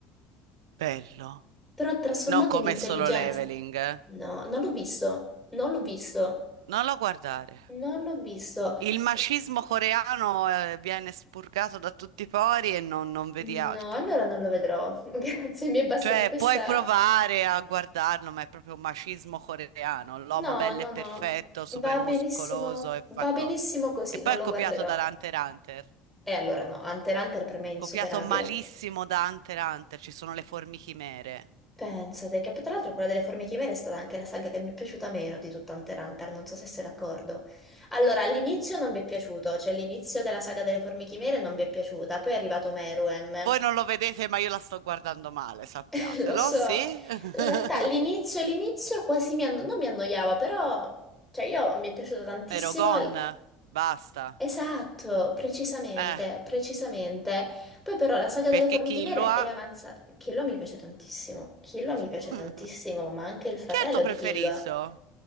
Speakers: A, on the right; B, in the centre.
A: Bello.
B: però trasformato
A: Non come
B: in intelligenza.
A: solo leveling. eh.
B: No, non l'ho visto, non l'ho visto,
A: Non lo guardare.
B: non l'ho visto.
A: Il macismo
B: P-
A: coreano, eh, viene spurgato da tutti i pori e non, non vedi
B: No,
A: altro.
B: allora non lo vedrò. <laughs> Grazie, mi è bastata
A: Cioè,
B: questa.
A: puoi provare a guardarlo, ma è proprio un macismo coreano, l'uomo
B: No,
A: bello
B: no,
A: e perfetto,
B: no,
A: super
B: va
A: muscoloso
B: benissimo,
A: e fa
B: va benissimo
A: co-
B: così,
A: E poi
B: non lo
A: è copiato
B: guarderò.
A: da Hunter x Hunter,
B: E allora no, Hunter x Hunter per me è insuperabile.
A: copiato malissimo da Hunter x Hunter, ci sono le formichimere.
B: Pensate che poi tra l'altro quella delle formiche chimere è stata anche la saga che mi è piaciuta meno di tutta Hunter x Hunter, non so se sei d'accordo. Allora, all'inizio non mi è piaciuto, cioè l'inizio della saga delle formiche chimere non mi è piaciuta, poi è arrivato Meruem,
A: Voi non lo vedete, ma io la sto guardando male, sappiatelo,
B: <laughs> lo so.
A: sì?
B: In
A: <laughs>
B: realtà l'inizio, l'inizio quasi mi anno- non mi annoiava, però cioè io mi è piaciuto tantissimo.
A: Erogon,
B: l-
A: basta.
B: Esatto, precisamente,
A: Eh,
B: precisamente. Poi però la saga
A: perché
B: delle formiche
A: chi
B: chimere
A: lo ha?
B: è avanzata. Killua mi piace tantissimo, Killua mi
A: <laughs>
B: piace tantissimo, ma anche il fratello
A: Chi è il tuo preferito?
B: di Killua.